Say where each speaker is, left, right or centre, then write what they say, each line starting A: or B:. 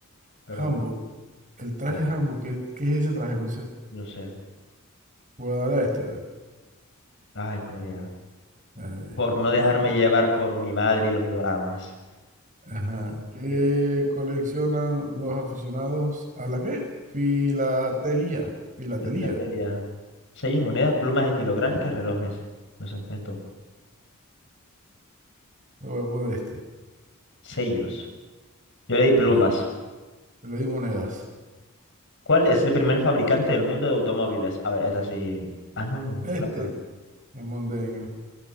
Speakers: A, on the left; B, on the right.
A: pero,
B: Hanbok. El traje
A: pero,
B: Hanbok. ¿Qué, qué es ese traje? No sé.
A: no sé.
B: Voy a darle a este. A ver.
A: Ay, Corea.
B: Gané,
A: Por no dejarme
B: gané.
A: llevar por mi madre y los doramas.
B: Ajá. ¿Qué
A: ¿Qué?
B: coleccionan los aficionados a la qué? Filatelía. Filatelía.
A: La filatelia. Sellos, monedas, plumas estilográficas, relojes. No sé, esto.
B: Le voy a poner este.
A: Sellos. Yo le di plumas.
B: Mira, yo le di monedas.
A: ¿Cuál es el primer fabricante del mundo de automóviles? A ver, esta sí. Ah, no,
B: Este
A: claro.
B: es Mondengo.